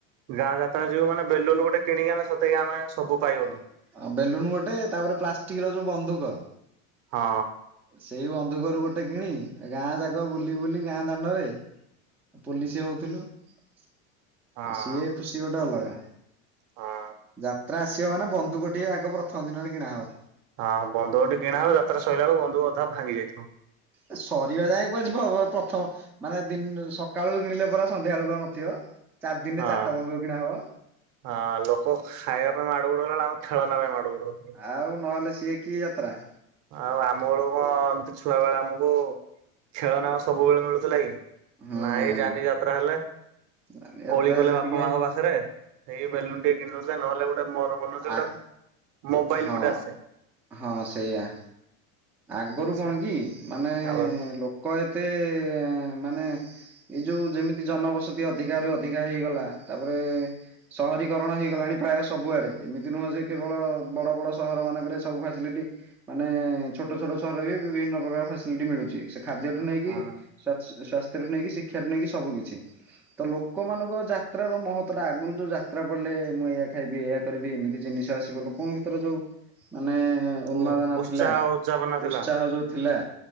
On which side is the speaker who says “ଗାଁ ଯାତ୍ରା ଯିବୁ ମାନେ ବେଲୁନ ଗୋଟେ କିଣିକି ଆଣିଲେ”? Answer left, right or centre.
Right